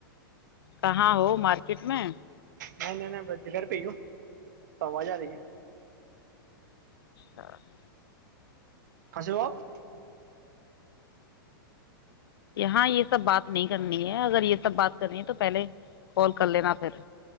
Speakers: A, on the left; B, on the right.
A: کہاں ہو مارکیٹ میں
B: نہیں نہیں نہیں ب ج گھر پئیوں <unintelligible> سواں ج رہی ہے <unintelligible>
A: ہاں <unintelligible>
B: کس بپ <unintelligible>
A: ہاں یہ سب بات نہیں کرنی ہے اگر یہ سب بات کرنی ہے تو پہلے کال کر لینا پھر